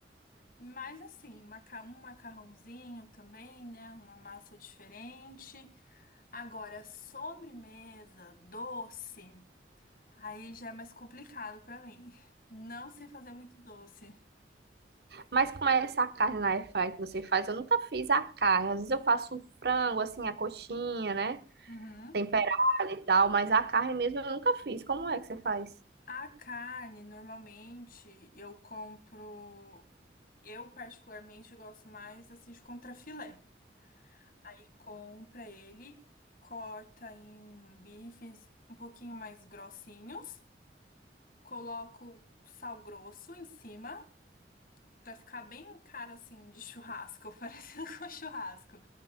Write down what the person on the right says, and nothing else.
Mas como é essa carne na air fry que você faz? Eu nunca fiz a carne. Às vezes eu faço o frango, assim, a coxinha, né?
Temperada e tal, mas a carne mesmo eu nunca fiz. Como é que você faz?